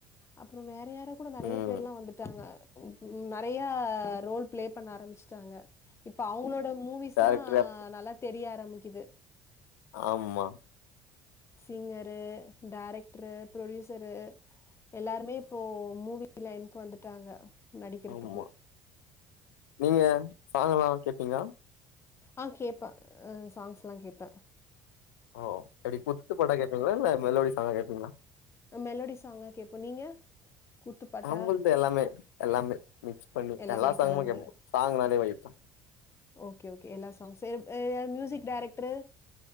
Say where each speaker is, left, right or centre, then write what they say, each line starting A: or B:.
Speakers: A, on the left; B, on the left.
A: அப்ற வேற யாரு இப்ப கூட நெறைய
B: ம்
A: பேர்லா வந்துட்டாங்க ம் ம் நெறைய ரோல் ப்ளே பண்ண ஆரம்பிச்சுட்டாங்க இப்ப அவுங்ளோட மூவிஸ்தா
B: டேரக்டரே
A: நல்லா தெரிய ஆரம்பிக்கிது
B: ஆமா
A: சிங்கரு டேரக்ட்ரு ப்ரொடியூசரு எல்லாருமே இப்போ மூவி லைன்க்கு வந்துட்டாங்க நடிக்கறத்துக்கு
B: ஆமா நீங்க சாங்கலா கேப்பீங்ளா
A: ஆ கேப்பே சாங்ஸ்லா கேப்பே
B: ஓ எப்டி குத்துபாட்டா கேப்பீங்ளா இல்ல மெலோடி சாங்கா கேப்பீங்ளா
A: அ மெலோடி சாங்கா கேப்பே நீங்க குத்துப்பாட்டா?
B: நம்பள்த எல்லாமே எல்லாமே மிக்ஸ் பண்ணி
A: எல்லாமே
B: எல்லா சாங்குமு
A: கலந்து.
B: கேப்போ சாங்னாலே வைப்த்தா
A: ஓகே ஓகே எல்லா சாங்ஸ் எப் எ மியூசிக் ட டேரக்ட்ரு